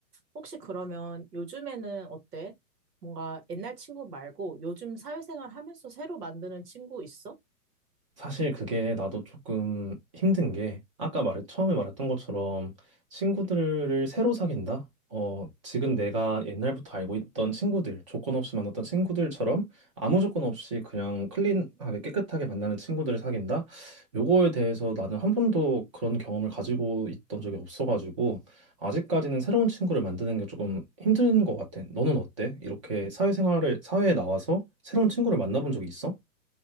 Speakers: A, on the right (about 85°); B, on the right (about 20°).
A: 혹시 그러면 요즘에는 어때? 뭔가 옛날 친구 말고 요즘 사회생활 하면서 새로 만드는 친구 있어?
B: 사실 그게 나도 조금 힘든 게 아까 말 처음에 말했던 것처럼 친구들을 새로 사귄다. 어, 지금 내가 옛날부터 알고 있던 친구들, 조건 없이 만났던 친구들처럼 아무 조건 없이 그냥 클린하게 깨끗하게 만나는 친구들을 사귄다. 요거에 대해서 나는 한 번도 그런 경험을 가지고 있던 적이 없어가지고 아직까지는 새로운 친구를 만드는 게 조금 힘든 것 같아. 너는 어때? 이렇게 사회생활을 사회에 나와서 새로운 친구를 만나본 적이 있어?